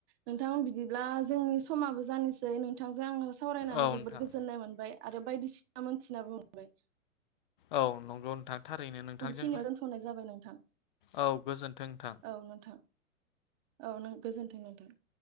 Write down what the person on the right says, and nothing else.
नोंथां बिदिब्ला जोंनि समाबो जानोसै नोंथांजों आङो सावरायनानै
जोबोद गोजोननाय मोनबाय। आरो बायदिसिना मोनथिनाबो मोनबाय।
बेखिनियाव दोनथ'नाय जाबाय नोंथां
औ नोंथां औ नों गोजोन धयन'बाद।